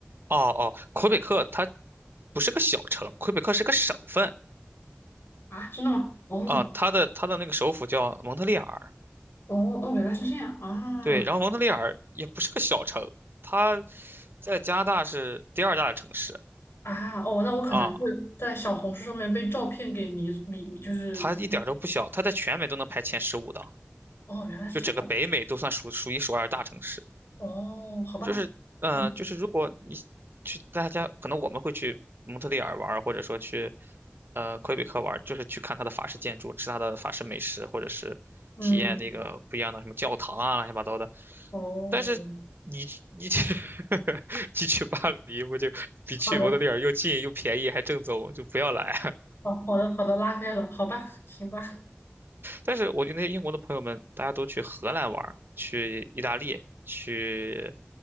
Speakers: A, on the right (about 60°); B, on the left (about 70°).
A: 哦哦，魁北克它不是个小城，魁北克是个省份
B: 啊，真的吗？哦，
A: 啊，它的它的那个首府叫蒙特利尔，
B: 哦，哦，原来是这样啊
A: 对，然后蒙特利尔也不是个小城，它在加拿大是第二大的城市。
B: 啊，哦，那我可能是在小红书上面被照片给迷迷，
A: 啊
B: 就是就是，
A: 它一点儿都不小，它在全美都能排前十五的，
B: 哦，原来是这样。
A: 就整个北美都算数数一数二的大城市。
B: 哦，好吧，
A: 就是，嗯、
B: 嗯
A: 就是如果你去大家，可能我们会去蒙特利尔玩儿或者说去呃魁北克玩儿就是去看它的法式建筑，吃它的法式美食，或者是体验那个不一样的什么教堂啊，
B: 嗯，
A: 乱七八糟的。
B: 哦，
A: 但是你去你去 <laughs> 你去巴黎，不就比去蒙特利尔又近又便宜还正宗，
B: 好的，
A: 就不要来。
B: 好好的好的，拉黑了，好吧，行吧，
A: 但是我觉得那些英国的朋友们，大家都去荷兰玩儿去意大利，去